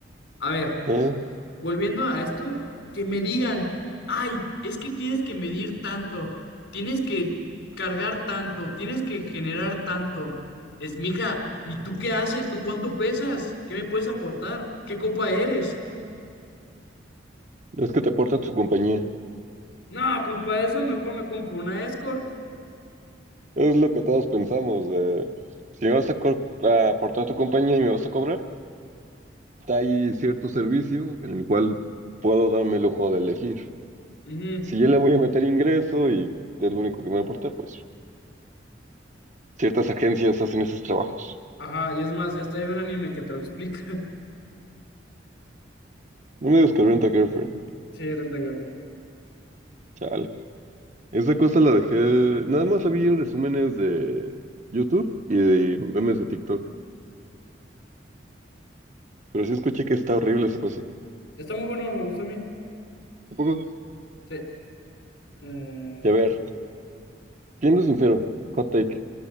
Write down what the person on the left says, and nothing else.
A ver,
volviendo a esto, que me digan, ay, es que tienes que medir tanto, tienes que cargar tanto, tienes que generar tanto. Es, mija, ¿y tú qué haces? ¿Tú cuánto pesas? ¿Qué me puedes aportar? ¿Qué copa eres?
No, pues para eso mejor me compro una escort.
Ujú,
Ajá, y es más, ya está hay un anime que te lo explica. <laughs>
Sí, Renta Girlfriend.
Está muy bueno, me gusta a mí.
Sí. Eh,